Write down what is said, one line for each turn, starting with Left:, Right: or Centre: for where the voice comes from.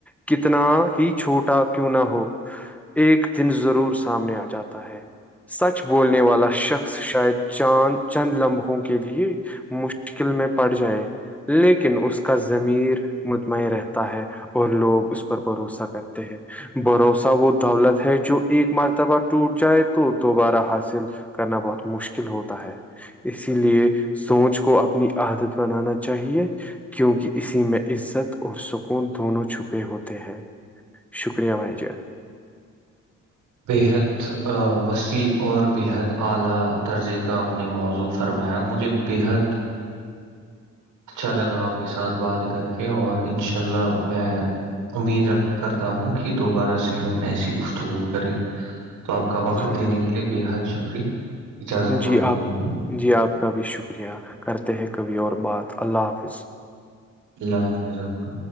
Centre: کتنا ہی چھوٹا نہ ہو ایک دن ضرور سامنے آ جاتا ہے سچ بولنے والا شخص شاید چاند چند لمحوں کے لیے مشکل میں پڑ جائیں لیکن اس کا ضمیر مطمئن رہتا ہے اور لوگ اس پر بھروسہ کرتے ہیں بھروسہ وہ دولت ہے جو ایک مرتبہ ٹوٹ جائے تو دوبارہ حاصل کرنا بہت مشکل ہوتا ہے اسی لیے سوچ کو اپنی عادت بنانا چاہیے کیونکہ اسی میں عزت اور سکون دونوں چھپے ہوتے ہیں شکریہ بھائی جان
Right: بےحد وسیع اور بےحد اعلی درجے کا اپنے موضوع فرمایا مجھے بےحد اچھا لگا آپ کے ساتھ بات کر کے اور انشاء اللہ میں امید رکھ کرتا ہوں کہ دوبارہ سے ہم ایسی خفتگو کرے تو آپ کا وقت
Centre: جی
Right: دینے کے لیے بے حد شکریہ اجازت
Centre: جی
Right: مانگتا
Centre: آپ
Right: ہوں
Centre: جی آپ کا بھی شکریہ کرتے ہیں کبھی اور بات اللہ حافظ
Right: اللہ حافظ آپ کا